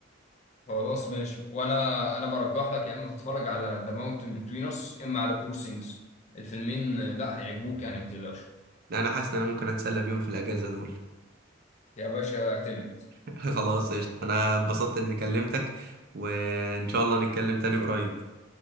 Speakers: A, on the left; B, on the right.
A: خلاص ماشي وانا انا برجح لك يا اما تتفرج على ذا ماونتن بتوين اس اما على بور سينجز الفيلمين آه، لا هيعجبوك يعني ما تقلقش
B: لا انا حاسس ان انا ممكن اتسلى بيهم في الاجازة دول
A: يا باشا اعتمد
B: <laughs> خلاص قشطة انا اتبسطت اني كلمتك وان شاء الله نتكلم تاني قريب